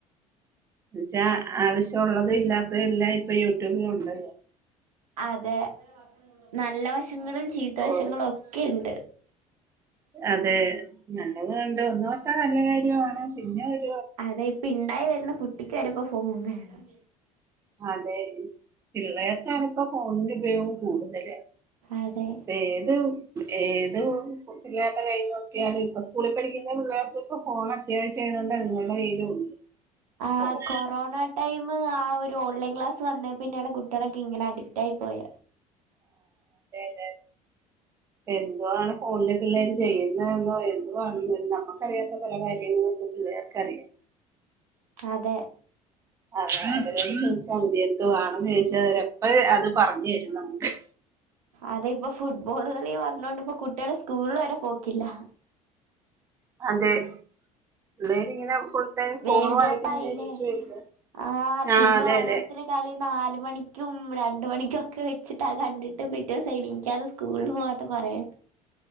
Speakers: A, on the right (about 15°); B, on the right (about 70°).
A: എന്നുവച്ച ആവശ്യ ഒള്ളത് ഇല്ലാത്ത എല്ലാം ഇപ്പൊ യൂട്യൂബിലുണ്ട്
B: അതെ. നല്ല, വശങ്ങളും, ചീത്ത
A: ഓ,
B: വശങ്ങളും, ഒക്കെ ണ്ട്.
A: അതെ, നല്ലത്ണ്ട്, ഒന്നോർത്ത, നല്ല കാര്യണ്, പിന്നെ, ഒര
B: അതെ, ഇപ്പണ്ടായി, വരുന്ന, കുട്ടിക്ക് വരെ ഫോൺ, വേണം.
A: അതെ, പിള്ളേർക്കാണ്, ഇപ്പൊ, ഫോണിന്റെ ഉപയോഗം, കൂടുതല്.
B: അതെ
A: ഏത്, ഏ ഏത്, പിള്ളേരുടെ, കയ്, നോക്കിയാലും, ഇപ്പ, സ്കൂളിൽ, പഠിക്കന്ന, പിള്ളേർക്ക്‌പ്പോ, ഫോണത്യാവശ്യയത് കൊണ്ട് അത്ങ്ങളുടെ കയ്യിൽ ഉണ്ട്
B: ആ,
A: ഫോൺ
B: കൊറോണ, ടൈം, ആ, ഒരു, ഓൺലൈൻ, ക്ലാസ് വന്നേ പിന്നെണ്, കുട്ടിയാളൊക്കെ, ഇങ്ങനെ, അഡിക്റ്റ്, ആയി, പോയ
A: എ എന്തുവാൺ, ഫോണില്, പിള്ളേര്, ചെയ്യുന്നെന്നോ, എന്തുവാണെന്നോ, നമ്മുക്കറിയാത്ത, പല, കാര്യങ്ങ പ്പൊ, പിള്ളേർക്കറിയാം.
B: അതെ.
A: അതെ, അവരോട്, ചോയ്ച്ചമതി, എന്ത് വാണം, ചോയ്ച്ച, വര് അപ്പോം, ത്, പറഞ്ഞു തരുംമ്മക്ക്.
B: അതെ, പ്പൊ, ഫുട്ബോൾ, കളി വന്നൊണ്ട്പ്പൊ, കുട്ടിയാള്, സ്കൂളില്, വരെ പോക്കില്ലഹ.
A: അതെ, പിള്ളേരിങ്ങനെ ടൈം
B: വേൾഡ്,
A: ഫോണുമായിട്ട്
B: കപ്പ്
A: ഇങ്ങനെ
B: ആയില്ലേ,
A: ഇരിക്കുവല്ലേ.
B: ആ,
A: ആഹ്
B: പിന്നെ,
A: അതെ
B: ഓരോരുത്തരെ,
A: അതെ
B: കളി, നാല മണിക്കും, രണ്ട് മണിക്കുംക്കെ, വെച്ചിട്ട കണ്ടിട്ട്, പിറ്റേസം, എണീക്കാതെ, സ്കൂൾ, പോ ത്ത കുറേ